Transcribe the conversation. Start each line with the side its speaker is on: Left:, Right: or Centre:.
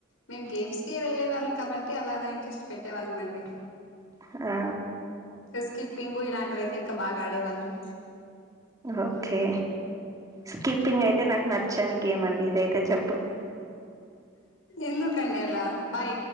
Left: మేం గేమ్స్ కి వెళ్ళే వాళ్ళం కాబట్టి అలా అలా ఇంట్రెస్ట్ పెట్టే వాళ్ళం అండి
Right: ఆ
Left: స్కిప్పింగు ఇలాంటివి అయితే ఇంకా బాగా ఆడేవాళ్ళం
Right: ఓకే స్కిప్పింగ్ అయితే నాకు నచ్చని గేమ్ అండి ఇదయితే చె
Left: ఎందుకండి అలా బాయ